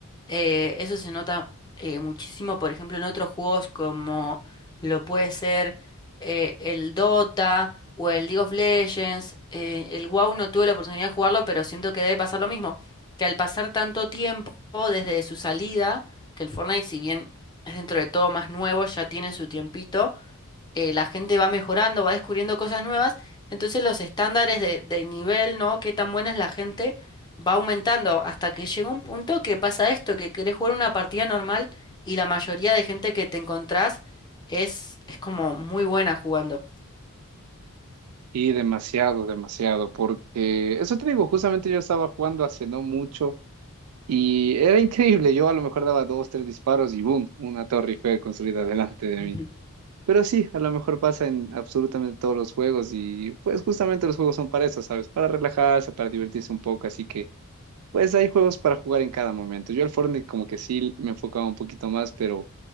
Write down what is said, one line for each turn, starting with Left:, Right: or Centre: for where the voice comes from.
Left: Eh, eso se nota eh, muchísimo, por ejemplo, en otros juegos como lo puede ser eh, el Dota o el League of Legends. Eh, el WoW no tuve la oportunidad de jugarlo, pero siento que debe pasar lo mismo. Que al pasar tanto tiempo desde su salida, que el Fortnite, si bien es dentro de todo más nuevo, ya tiene su tiempito eh, la gente va mejorando, va descubriendo cosas nuevas, entonces los estándares de, de nivel, ¿no? Qué tan buena es la gente, va aumentando hasta que llega un punto que pasa esto, que querés jugar una partida normal y la mayoría de gente que te encontrás es, es como muy buena jugando.
Right: Y demasiado, demasiado, porque eso te digo, justamente yo estaba jugando hace no mucho y era increíble. Yo a lo mejor daba dos, tres disparos y boom, una torre Eiffel construida <laughs> delante de
Left: Ujú.
Right: mí. Pero sí, a lo mejor pasa en absolutamente todos los juegos y pues justamente los juegos son para eso, ¿sabes? Para relajarse, para divertirse un poco, así que... Pues hay juegos para jugar en cada momento. Yo al Fortnite como que sí me enfocaba un poquito más, pero,